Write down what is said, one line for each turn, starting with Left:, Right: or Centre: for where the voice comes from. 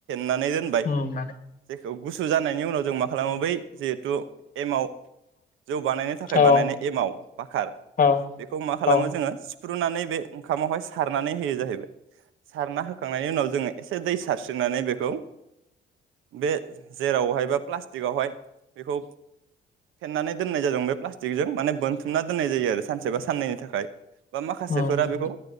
Right: नानै दोनबाय
Left: उम
Right: बे गुसु जानाय नि उनाव जों मा खालामो बै जे द' एमाव जौ बानायनो थाखाय
Left: औ
Right: बानायनाय एमाव बाखार
Left: औ
Right: बेखौ मा खालामो
Left: औ
Right: जोङो फुफ्रुनानै बे ओंखामावहाय सारनानै होयो जाहैबाय सारना होखांनायनि उनाव जोङो एसे दै सारस्रिनानै बेखौ बे जेरावहाय बा प्लास्टिकआवहाय बेखौ फेनानै दोननाय जादों बे प्लास्टिकजों माने बोनथुमना दोननाय जायो आरो सानसेबा साननैनि थाखाय बा माखासेफोरा
Left: उम
Right: बेखौ